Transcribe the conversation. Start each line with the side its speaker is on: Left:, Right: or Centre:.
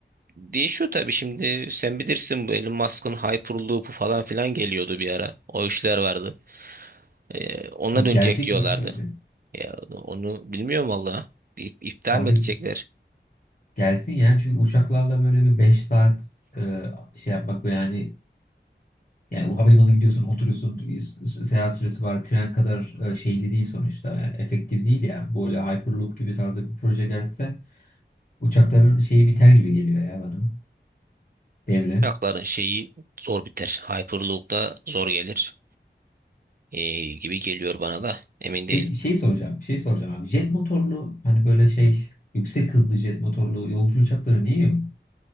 Right: değişiyor tabii şimdi sen bilirsin bu Elon Musk'ın Hyperloop'u falan filan geliyordu bir ara. O işler vardı. Ee, ona
Left: O
Right: dönecek
Left: gelecek
Right: diyorlardı.
Left: mi bilmiyoruz yani.
Right: Ya onu bilmiyorum valla. İp- İptal
Left: Abi
Right: mi edecekler?
Left: gelsin ya çünkü uçaklarla böyle bir 5 saat e, şey yapmak ve yani yani o havalimanına gidiyorsun oturuyorsun s- seyahat süresi var. Tren kadar e, şeyli değil sonuçta. Yani efektif değil ya. Böyle Hyperloop gibi tarzda bir proje gelse uçakların şeyi biter gibi geliyor ya bana. Devre.
Right: Uçakların şeyi zor biter. Hyperloop'da zor gelir. Ee, gibi geliyor bana da. Emin değilim.
Left: Peki şey soracağım. Şey soracağım abi. Jet motorlu hani böyle şey yüksek hızlı jet motorlu yolcu uçakları niye yok?